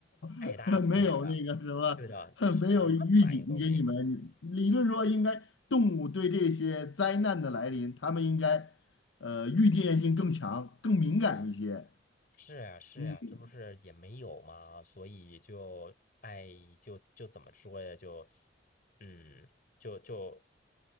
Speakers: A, on the left; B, on the left.
A: 爱搭不理的，
B: <laughs> 没有那个什么，
A: 对的，
B: <laughs>
A: 什么反应都没有。
B: 没有预警给你们。理论说，应该动物对这些灾难的来临，它们应该呃预见性更强、更敏感一些。
A: 是呀，是呀，
B: 嗯
A: 这不是也没有吗？所以就哎，就就怎么说呀？就嗯，就就